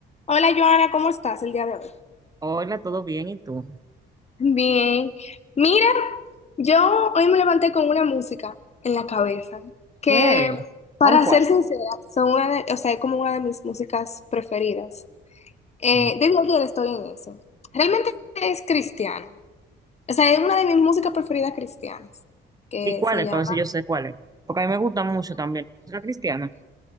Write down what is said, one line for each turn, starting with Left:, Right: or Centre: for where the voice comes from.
Left: Hola Joana, ¿cómo estás el día de hoy?
Right: Hola, ¿todo bien? ¿Y tú?
Left: Bien, mira, yo hoy me levanté con una música en la cabeza
Right: ¿Qué?
Left: que, para
Right: ¿Con cuál?
Left: ser sincera, son una de, o sea, es como una de mis músicas preferidas. Eh,
Right: Eh,
Left: desde ayer estoy en eso. Realmente es cristiana, o sea, es una de mis músicas preferidas cristianas, que
Right: ¿Y cuáles?
Left: se llama,
Right: Para ver si yo sé cuáles. Porque a mí me gusta mucho también la música cristiana.